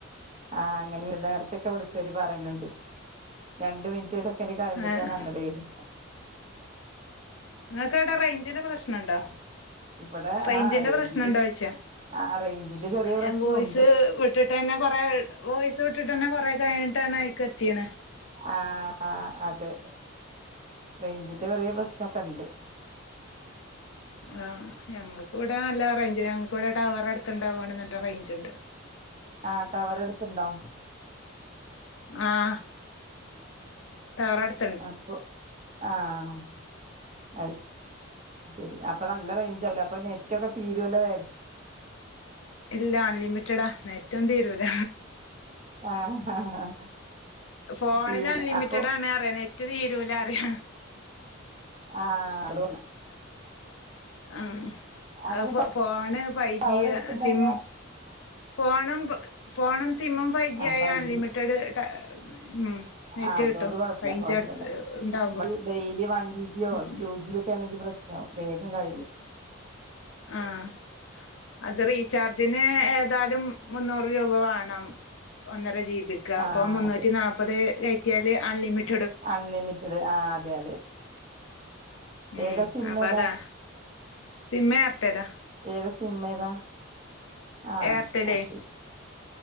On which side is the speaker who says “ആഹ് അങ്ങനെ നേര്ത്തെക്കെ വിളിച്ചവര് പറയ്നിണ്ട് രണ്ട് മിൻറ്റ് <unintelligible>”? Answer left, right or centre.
Right